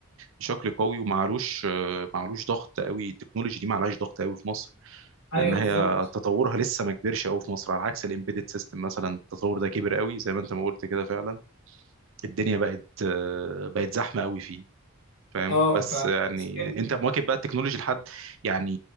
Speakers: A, on the right (about 65°); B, on the left (about 60°).
A: بشكل قوي ومعلوش معلوش ضغط قوي التكنولوجي دي معلهاش ضغط قوي في مصر
B: ايوه
A: لان هي
B: بالظبط
A: تطورها لسه ما كبرش قوي في مصر على عكس الامبيدد سيستم مثلا التطور ده كبر قوي زي ما انت ما قلت كده فعلا الدنيا بقت آه، بقت زحمه قوي فيه فاهم
B: اه
A: بس
B: ف <laughs>
A: يعني انت مواكب بقى التكنولوجي لحد يعني